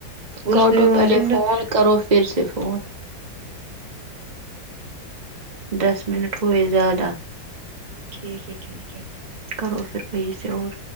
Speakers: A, on the right; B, on the right.
A: اس
B: کاٹو
A: نے وہاں
B: پہلے
A: سے نخرے
B: فون کرو پھر سے فون دس منٹ ہوئے زیادہ
A: ٹھیک ہے ٹھیک ہے
B: کرو پھر وہی سے اور